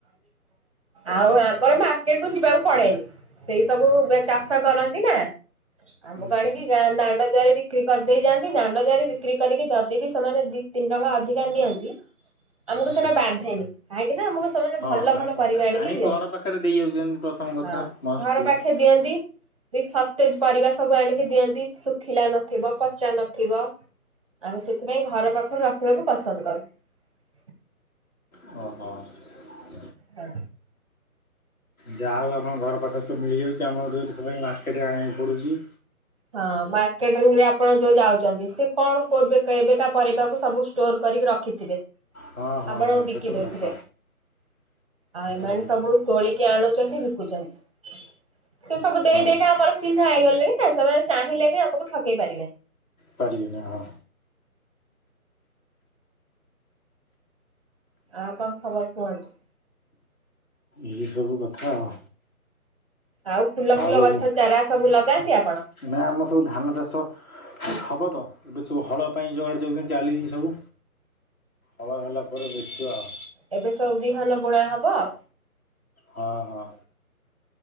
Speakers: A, on the right (about 20°); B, on the left (about 65°).
A: ଆଉ ଆମର ମାର୍କେଟ କୁ ଯିବାକୁ ପଡେନି। ସେଇ ସବୁ ଚାଷ କରନ୍ତି ନା। ଆମକୁ
B: ଆଚ୍ଛା
A: ଆଣିକି ଗାଁ ଦାଣ୍ଡ ଦୁଆରେ ବିକ୍ରି କରିଦେଇ ଯାନ୍ତ। ଦାଣ୍ଡ ଦୁଆରେ ବିକ୍ରି କରିକି ଯଦି ବିି ସେମାନେ ଦି ତିନି ଟଙ୍କା ଅଧିକା ନିଅନ୍ତି ଆମକୁ
B: ଆଚ୍ଛା।
A: ସେଇଟା ବାଧେନି। କାହିଁକି ନା ଆମକୁ ସେମାନେ
B: ହଁ
A: ଭଲ ଭଲ ପରିବା ଆଣିକି
B: ଆଣି
A: ଦିଅନ୍ତି।
B: ଘର ପାଖରେ ଦେଇଯାଉଛନ୍ତି ପ୍ରଥମ କଥା
A: ହଁ
B: ମଷ୍ଟଲି
A: ଘର ପାଖେ ଦିଅନ୍ତି। ବି ସ ତେଜ ପରିବା ସବୁ ଆଣିକି ଦିଅନ୍ତି ଶୁଖିଲା ନଥିବ, ପଚା ନଥିବ, ଆମେ ସେଥିପାଇଁ ଘର ପାଖରୁ ରଖିବାକୁ ପସନ୍ଦ କରୁ।
B: ଅହ।
A: ହଁ।
B: ଯାହା ହଉ ଆପଣ ଘର ପାଖରେ ସବୁ ମିଳିଯାଉଛି। ଆମରଠୁ ଏ ମାର୍କେଟରେ ଆଣିବାକୁ ପଡ଼ୁଛି।
A: ହଁ, ମାର୍କେଟିଂ ରେ ଆପଣ ଯୋଉ ଯାଉଛନ୍ତି। ସେ କଣ କୋ କେବେକା ପରିବାକୁ ସବୁ ଷ୍ଟୋର କରିକି ରଖିଥିବେ।
B: ହଁ ହଁ
A: ଆପଣଙ୍କୁ
B: ହଁ
A: ବିକି
B: ସେଟା ତ
A: ଦଉଥିବେ।
B: ସତ
A: ଆଉ ଏମାନେ
B: ଆଜ୍ଞା
A: ସବୁ
B: ହଁ।
A: ତୋଳିକି ଆଣୁଛନ୍ତି ବିକୁଚନ୍ତି। ସେ ସବୁ ଦେଇ
B: ହଁ
A: ଦେଇକି ଆମର ଚିହ୍ନା ହେଇଗଲେଣି ନା। ଚାହିଁଲେ ବି ଆମକୁ ଠକେଇ ପାରିବେ।
B: ପାରିବେନି ହଁ।
A: ଆଉ କଣ ଖବର କୁହନ୍ତୁ?
B: ଏଇ ସବୁ କଥା ଆଉ।
A: ଆଉ ଫୁଲ
B: ଆଉ
A: ଫୁଲ ଗଛ ଚାରା ସବୁ ଲଗାନ୍ତି ଆପଣ?
B: ନା ଆମର ସବୁ ଧାନ ଚାଷ ହବ ତ ଏବେ ସବୁ ହଳ ପାଇଁ ଯୋଗାଡ଼ ଯୋଗ ଚାଲିଛି ସବୁ। ହଳ ହେଲାପରେ ଦେଖିବାଆଉ।
A: ଏବେ ସବୁ ବିହନ ବୁଣା ହବ ଆଉ।
B: ହଁ ହଁ